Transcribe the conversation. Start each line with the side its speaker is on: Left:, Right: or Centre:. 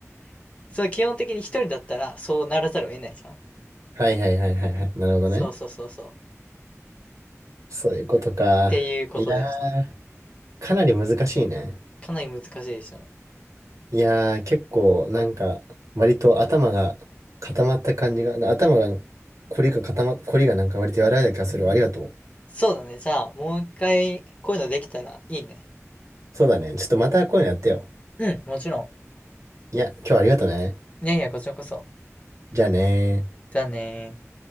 Left: <laughs> そう、基本的に一人だったら、そうならざるを得ないじゃん。
Right: はいはいはいはいはい。なるほどね。
Left: そうそうそうそう。っ
Right: そういうことか。
Left: ていうことです。
Right: いやー、かなり難しいね。
Left: かなり難しいでしょ。
Right: いやー、結構なんか、割と頭が固まった感じが、頭が、凝りが固まっ、凝りがなんか割と柔らかい気がするわ。ありがとう。
Left: そうだね。じゃあ、もう一回、こういうのできたらいいね。
Right: そうだね。ちょっとまたこういうのやってよ。
Left: うん、もちろ
Right: いや、今日はありがとね。
Left: ん。いやいや、こちらこそ。
Right: じゃあねー。
Left: じゃあねー。